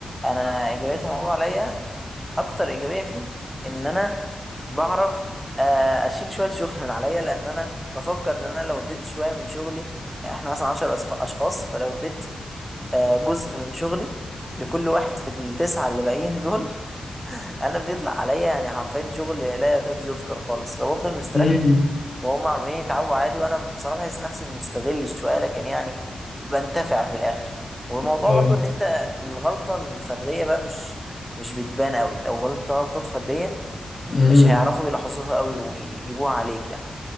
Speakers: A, in the centre; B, on the left.
A: انا اجابتهم الموضوع عليا اكتر ايجابيه فيه ان انا بعرف آه، اشيل شويه شغل من عليا لان انا بفكر ان انا لو اديت شويه من شغلي احنا مثلا 10 أشخ- اشخاص فلو اديت آه، جزء من شغلي لكل واحد في التسعه اللي باقيين دول <laughs> انا بيطلع عليا يعني حرفيا شغل لا يكاد يذكر خالص فبفضل مستريح
B: مم.
A: وهم عمالين يتعبوا عادي وانا بصراحه بحس نفسي مستغل شويه لكن يعني بنتفع في الاخر والموضوع
B: نعم
A: برضو ان انت الغلطه الفرديه بقى مش مش بتبان قوي لو غلطت غلطات فرديه م-
B: امم
A: مش هيعرفوا يلاحظوها قوي ويجيبوها عليك يعني